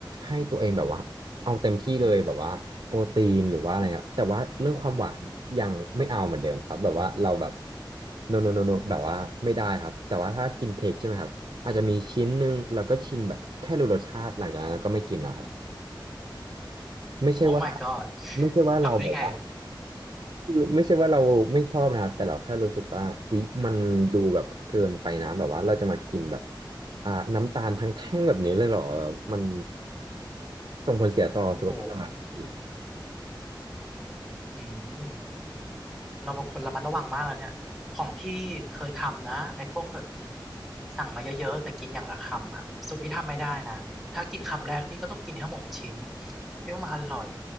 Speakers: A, on the right (about 85°); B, in the centre.
A: ให้ตัวเองแบบว่าเอาเต็มที่เลยแบบว่าโปรตีนหรือว่าอะไรครับแต่ว่าเรื่องความหวานยังไม่เอาเหมือนเดิมครับแบบว่าเราแบบ
B: อืม
A: โนโนโนโนแบบว่าไม่ได้ครับแต่ว่าถ้ากินเค้กใช่ไหมครับอาจจะมีชิ้นหนึ่งแล้วก็ชิมแบบแค่รู้รสชาติหลังจากนั้นก็ไม่กินแล้วครับไม่ใช่ว่า
B: โอ้ my god
A: ไม่ใช่ว่าเราแบบว่า
B: ทำได้ไงอะ
A: คือไม่ใช่ว่าเราไม่ชอบนะครับแต่เราแค่รู้สึกว่าเฮ้ยมันดูแบบเกินไปนะแบบว่าเราจะมากินแบบอ่าน้ำตาลทั้งแท่งแบบนี้เลยเหรอแบบมันส่งผลเสียต่อสุขภาพอะพี่
B: โอ้โหอืม เราเป็นคนระมัดระวังมากแล้วเนี่ยของพี่เคยทำนะไอ้พวกแบบสั่งมาเยอะๆแต่กินอย่างละคำอ่ะสุดพี่ทำไม่ได้นะถ้ากินคำแรกพี่ก็ต้องกินให้หมดชิ้นพี่ว่ามันอร่อย